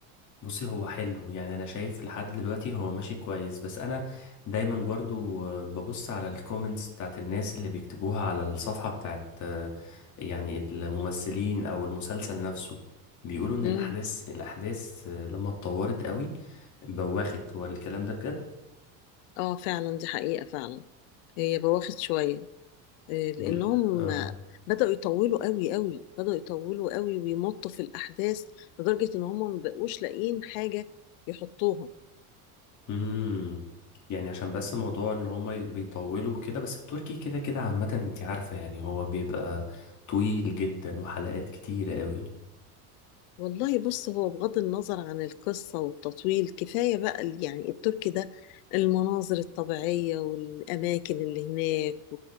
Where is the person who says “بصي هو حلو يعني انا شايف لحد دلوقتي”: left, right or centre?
Left